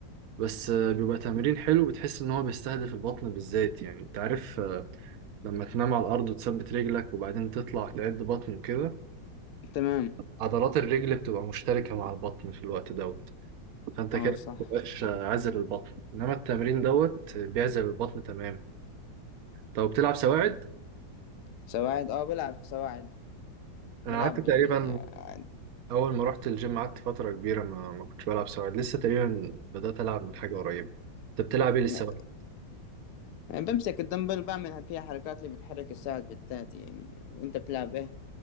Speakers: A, on the right; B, on the left.
A: بس آه، بيبقى تمرين حلو بتحس ان هو بيستهدف البطن بالذات يعني انت عارف آه، لما تنام على الارض وتثبت رجلك وبعدين تطلع تعد بطن وكده
B: تمام
A: عضلات الرجل بتبقى مشتركة مع البطن في الوقت دوت فانت
B: اه
A: كده
B: صح
A: مبقاش عازل البطن انما التمرين دوت بيعزل البطن تماما طب بتلعب سواعد
B: سواعد اه بلعب سواعد
A: انا
B: بلعب
A: قعدت تقريبا
B: يعني آه،
A: اول ما رحت الجيم قعدت فتره كبيره ما, ما كنتش بلعب سواعد لسه تقريبا بدات العب من حاجه قريبه انت بتلعب ايه للسواعد
B: لا. يعني بمسك الدمبل بعمل فيها حركات اللي بتحرك الساعد بتاعتي يعني انت بتلعب ايه؟